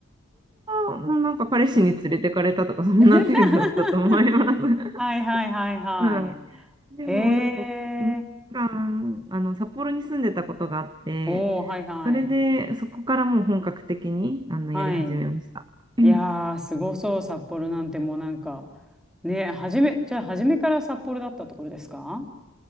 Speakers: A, on the right; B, in the centre.
A: 初は、もうなんか彼氏に連れてかれたとか、そんな程度だったと思います。
B: <laughs>
A: <laughs>
B: はいはいはいはい。
A: はい。でもなんか2年間あの札幌に住んでたことがあって
B: へえ。おお、はいはい。
A: それでそこからもう本格的にあのやり始めました。
B: はい。
A: うん
B: いやー、すごそう、札幌なんてもうなんか、ね、初め、じゃあ初めから札幌だったところですか